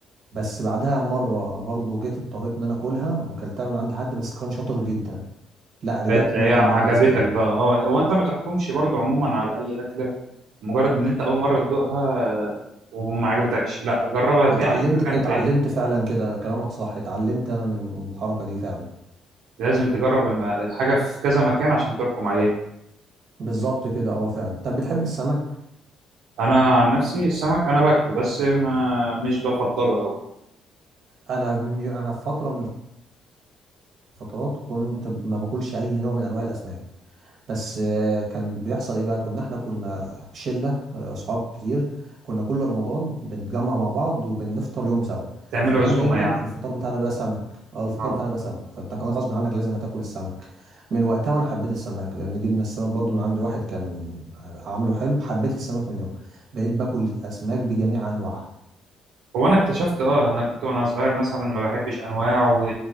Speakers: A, on the right; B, on the right.
A: بس بعدها مره برضو جيت اضطريت ان انا اكلها وكلتها من عند حد بس كان شاطر جدا لا رجعت
B: تلاقيها
A: ان انا احب
B: عجبتك
A: البيتزا تاني
B: بقى اه هو انت ما تحكمش برضو عموما على اي اكله مجرد ان انت اول مره تدوقها آه، وما عجبتكش لا جربها تاني
A: اتعلمت
B: في مكان
A: اتعلمت
B: تاني
A: فعلا كده ده كلامك صح اتعلمت انا من الحركه دي فعلا
B: لازم تجرب الم- الحاجه في كذا مكان عشان تحكم عليها
A: بالظبط كده اه فعلا طب بتحب السمك
B: انا عن نفسي السمك انا باكله بس ما مش بفضله قوي
A: انا من انا في فتره من فترات كنت ما باكلش اي نوع من انواع الاسماك بس آه، كان بيحصل ايه بقى كنا احنا كنا شله آه، صحاب كتير كنا كل رمضان بنتجمع مع بعض وبنفطر يوم سوا
B: تعمله
A: فكان
B: عزومه
A: دايما
B: يعني
A: الفطار بتاعنا بقى سمك اه الفطار
B: اه
A: بتاعنا بقى سمك فانت كان غصب عنك لازم هتاكل السمك من وقتها وانا حبيت السمك لان جبنا السمك برضو من عند واحد كان عامله حلو حبيت السمك من يوم بقيت باكل الاسماك بجميع انواعها
B: هو انا اكتشفت اه انا كنت وانا صغير مثلا ما بحبش انواع و...